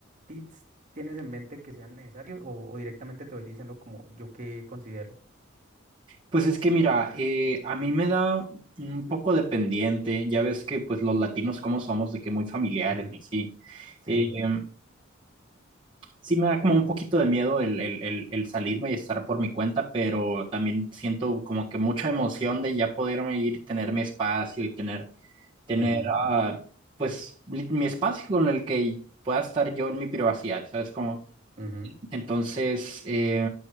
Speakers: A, on the right (about 40°); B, on the right (about 25°).
A: tips tienes en mente que sean necesarios o, o directamente te voy diciendo como yo qué considero.
B: Pues es que mira, eh, a mí me da un poco de pendiente, ya ves que pues los latinos como somos, de que muy familiares
A: Ujú,
B: y sí,
A: Sí.
B: Eh, em, sí me da como un poquito de miedo el, el, el, el salirme y estar por mi cuenta, pero también siento como que mucha emoción de ya poderme ir, y tener mi espacio y tener, tener
A: ujú,
B: ah, pues li- mi espacio con el que pueda estar yo en mi privacidad, ¿sabes? Como
A: ujú.
B: entonces, eh,